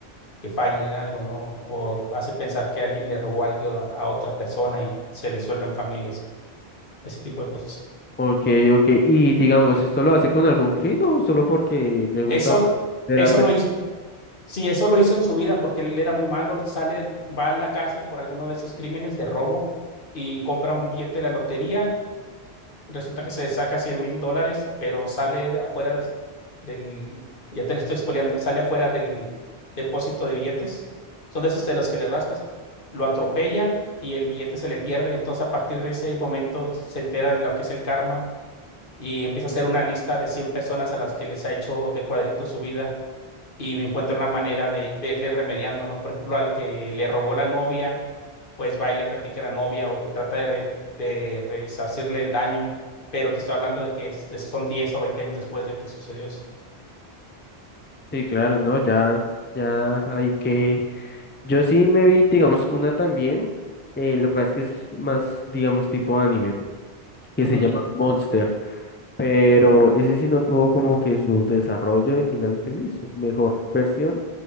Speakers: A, on the left; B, on the left.
A: que fallen algo, ¿no? O hace pensar que alguien le robó algo a a otra persona y se disuelven familias, ese tipo de cosas.
B: Ok, ok, y digamos, ¿esto lo hace con algún fin o solo porque le gusta
A: Eso,
B: ver
A: eso
B: arte?
A: lo hizo, Sí, eso lo hizo en su vida porque él era muy malo, sale, va a la cárcel por alguno de esos crímenes de robo y compra un billete de la lotería, resulta que se saca cien mil dólares, pero sale afuera des- del, ya te lo estoy spoileando, sale afuera del depósito de billetes, son de esos de los que le rascas, lo atropellan y el billete se le pierde, entonces a partir de ese momento se entera de lo que es el karma y empieza a hacer una lista de 100 personas a las que les ha hecho de cuadrito su vida y encuentra una manera de, de irle remediando, ¿no? Por ejemplo, al que le robó la novia, pues va y le platica a la novia o trata de, re- de resarcirle el daño, pero te estoy hablando de que es- son 10 o veinte años después de que sucedió eso.
B: Sí, claro, no, ya, ya hay que... Yo sí me vi, digamos, una también, eh, lo que pasa es que es más, digamos, tipo anime. que
A: Ujú,
B: se llama Monster, pero ese sí no tuvo como que su desarrollo de final feliz, su mejor versión.